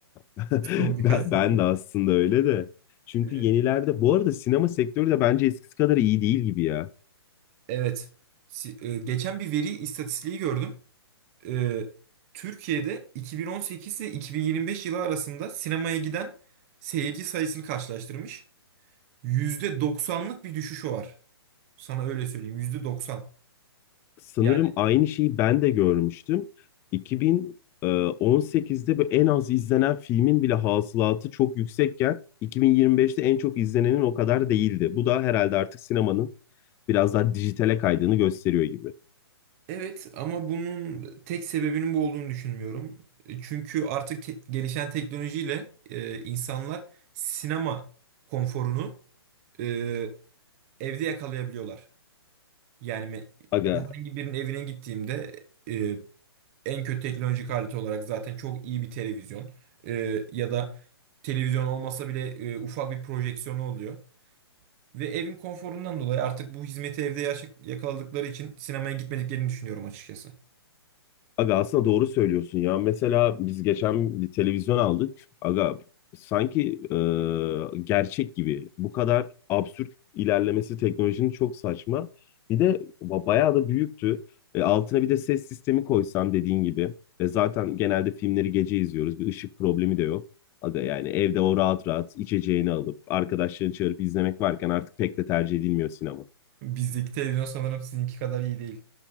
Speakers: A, on the right; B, on the left.
A: <laughs>
B: <laughs>
A: Son birkaç
B: Ben,
A: senedir.
B: ben de aslında öyle de. Çünkü
A: Ee,
B: yenilerde bu arada sinema sektörü de bence eskisi kadar iyi değil gibi ya.
A: evet. Si- e, geçen bir veri istatistiği gördüm. e, Türkiye'de 2018 ile 2025 yılı arasında sinemaya giden seyirci sayısını karşılaştırmış. yüzde doksanlık bir düşüş var. Sana öyle söyleyeyim. yüzde doksan.
B: Sanırım
A: Yani
B: aynı şeyi ben de görmüştüm. 2018'de böyle en az izlenen filmin bile hasılatı çok yüksekken 2025'te en çok izlenenin o kadar değildi. Bu da herhalde artık sinemanın biraz daha dijitale kaydığını gösteriyor gibi.
A: evet ama bunun tek sebebinin bu olduğunu düşünmüyorum. E, Çünkü artık te- gelişen teknolojiyle e, insanlar sinema konforunu e, evde yakalayabiliyorlar. Yani me-
B: Aga,
A: herhangi birinin evine gittiğimde e, en kötü teknolojik alet olarak zaten çok iyi bir televizyon Ee, ya da televizyon olmasa bile e, ufak bir projeksiyonu oluyor. Ve evin konforundan dolayı artık bu hizmeti evde yaşa- yakaladıkları için sinemaya gitmediklerini düşünüyorum açıkçası.
B: aga aslında doğru söylüyorsun ya. Mesela biz geçen bir televizyon aldık. Aga sanki e, gerçek gibi. Bu kadar absürt ilerlemesi teknolojinin çok saçma. Bir de ba- bayağı da büyüktü. E, altına bir de ses sistemi koysan dediğin gibi. E, zaten genelde filmleri gece izliyoruz. Bir ışık problemi de yok. Aga yani evde o rahat rahat içeceğini alıp arkadaşlarını çağırıp izlemek varken artık pek de tercih edilmiyor sinema.
A: Bizdeki televizyon sanırım sizinki kadar iyi değil.